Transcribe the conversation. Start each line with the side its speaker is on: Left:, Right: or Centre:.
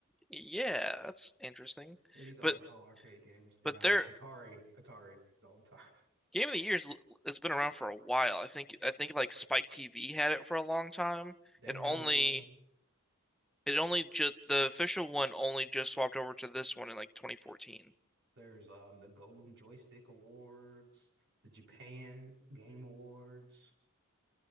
Centre: Yeah, that's interesting.
Right: Yeah, these are
Centre: But
Right: all arcade games. And
Centre: but
Right: um,
Centre: their
Right: Atari, Atari, it's all Atari.
Centre: Game of the Year's has been around for a while. I think I think like Spike TV had it for a long time.
Right: <laughs> They
Centre: It
Right: had
Centre: only
Right: one.
Centre: it only just the official one only just swapped over to this one in like 2014.
Right: There's um the Golden Joystick Awards, the Japan Game Awards,